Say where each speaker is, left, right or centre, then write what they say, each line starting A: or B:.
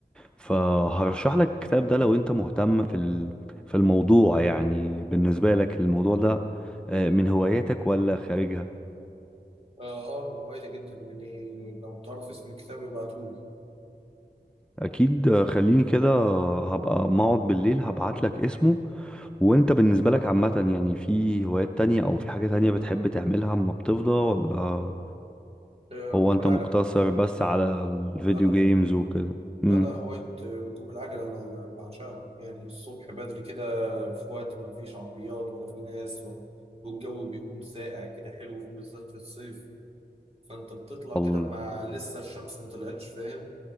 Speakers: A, in the centre; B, on the right.
A: فهرشح لك الكتاب ده لو انت مهتم في ال... في الموضوع يعني بالنسبة لك الموضوع ده آه، من هواياتك ولا خارجها
B: اه اه من هوايتي جدا يعني لو تعرف اسم الكتاب ابعتهولي
A: اكيد آه، خليني كده آه، هبقى ما اقعد بالليل هبعت لك اسمه وانت بالنسبه لك عامه يعني في هوايات تانية او في حاجه تانية بتحب تعملها اما بتفضى ولا
B: آه
A: هو
B: ركوب
A: انت
B: العجل
A: مقتصر بس على الفيديو
B: لا لا
A: جيمز وكده امم
B: لا ده هواية ركوب العجلة أنا بعشقها يعني الصبح بدري كده في وقت ما فيش عربيات ولا في ناس ولا والجو بيكون ساقع كده حلو بالذات في الصيف فأنت بتطلع
A: الله
B: كده ما لسه الشمس ما طلعتش فاهم